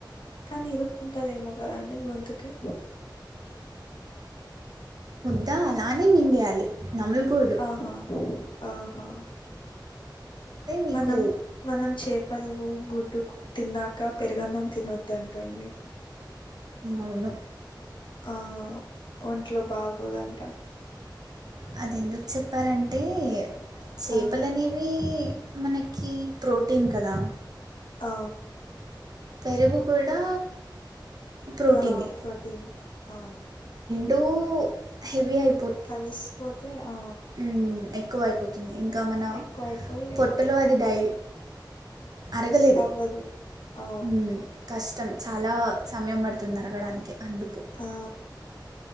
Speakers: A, on the left; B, on the right.
A: కానీ ఇరుక్కుంటదేమో కదా అండి గొంతుకే
B: ఇ అలానే మింగేయాలి నామలకూడదు
A: ఆహా ఆహా
B: మీకు
A: మనం మనం చేపలవు గుడ్డుకు తిన్నాక పెరుగన్నం తినొద్దు అంటండి
B: అవును
A: ఆ ఒంట్లో బాగుోదంట
B: అది ఎందుకు చెప్పారంటే చేపలనేవి
A: ఆ
B: మనకి ప్రోటీన్ కదా
A: అ
B: పెరుగు కూడా ప్రోటీనే
A: ఆ ప్రోటీీన్ అ
B: టు హెవి అయిపో
A: కలిసిపోతే ఆ
B: మ్, ఎక్కువ అయిపోతుంది ఇంకా మన
A: ఎక్కువ అయిపోయి
B: పొట్టలో అది డై అరగలేదు
A: అవ్వదు ఆ
B: కష్ట కష్టం చాలా సమయం పడుతుంది అరగడానికి అందుకు
A: ఆ